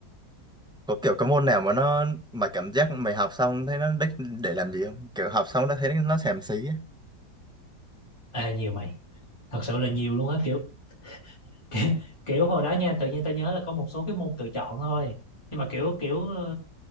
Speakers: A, in the centre; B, on the left.
A: có kiểu có môn nào mà nó mà cảm giác mày học xong thấy nó đích để làm gì không kiểu học xong nó thấy nó xàm xí á.
B: à, nhiều mày thật sự là nhiều luôn á kiểu <laughs> kiểu hồi đó nha tự nhiên tao nhớ là có một số cái môn tự chọn thôi nhưng mà kiểu kiểu ờ,